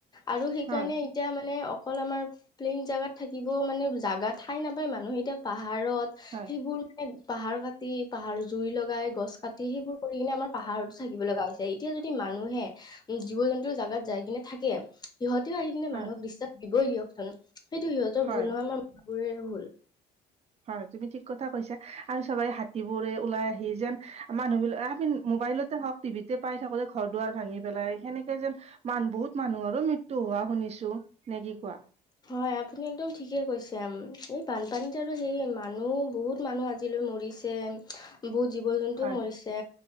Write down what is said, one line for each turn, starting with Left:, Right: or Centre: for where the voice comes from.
Left: আৰু সেইকাৰণে
Right: হয়,
Left: এতিয়া মানে অকল আমাৰ প্লেইন জেগাত থাকিবও মানে জাগা ঠাই নাপায় মানুহে এতিয়া পাহ পাহাৰত
Right: হয়,
Left: সেইবোৰ মানে পাহাৰ কাটি পাহাৰ জুই লগাই গছ কাটি সেইবোৰ কৰি কিনে আমাৰ পাহাৰতো থাকিব লগা হৈছে এতিয়া যদি মানুহে উম, জীৱ জন্তুৰ জাগাত যাই কিনে থাকে। সিহঁতেও আহি কিনে
Right: হয়,
Left: মানুহক ডিষ্টাৰ্ব দিবই দিয়কচোন সেইটো সিহঁতৰ
Right: হয়।
Left: ভুল নহয় <unintelligible> ভুল
Right: হয় তুমি ঠিক কথা কৈছা আৰু চাবা এই হাতীবোৰে ওলাই আহি যেন মানুহবিলাক আমি মোবাইলত <unintelligible> টিভিতে পাই থাকোতে যে ঘৰ দুৱাৰ ভাঙি পেলাই সেনেকে যেনান বহুত মানুহৰো মৃত্যু হোৱা শুনিছ <unintelligible> নে কি কোৱা।
Left: হয় আপুনি একদম ঠিকে কৈছে, এই বানপানীত আৰু হেৰি মানুহ বহুত মানুহ আজিলৈক মৰিছে বহুত জীৱ জন্তুও
Right: হয়
Left: মৰিছে,